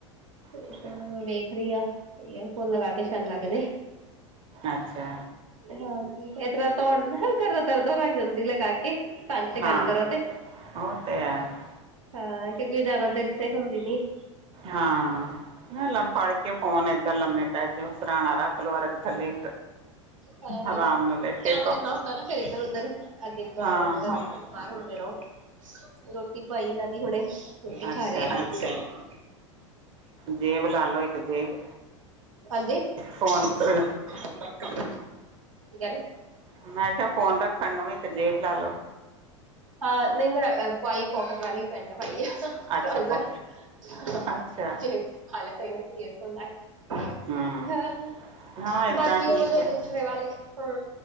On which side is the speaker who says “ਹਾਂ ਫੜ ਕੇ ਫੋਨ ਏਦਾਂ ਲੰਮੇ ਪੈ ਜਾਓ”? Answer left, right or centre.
Right